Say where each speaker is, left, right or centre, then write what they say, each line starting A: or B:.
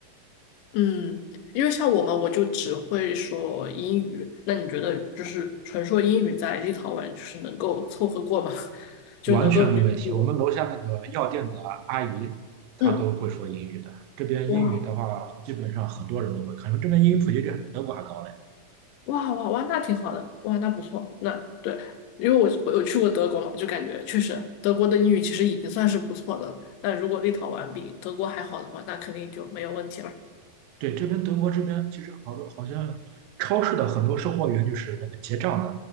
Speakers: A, on the left; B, on the right.
A: 嗯，因为像我们，我就只会说英语。那你觉得，就是纯说英语在立陶宛，就是能够凑合过吗？<laughs> 就能够捋住？
B: 完全没问题。我们楼下那个药店的阿姨，她都会说英语的。
A: 嗯，
B: 这边英语的话，
A: 哇
B: 基本上很多人都会。可能这边英语普及率还比德国还高嘞。
A: 哇哇哇，那挺好的，哇，那不错，那对，因为我我有去过德国嘛，就感觉确实德国的英语其实已经算是不错的了。那如果立陶宛比德国还好的话，那肯定就没有问题了。
B: 对，这边德国这边其实好多好像超市的很多售货员就是那个结账的，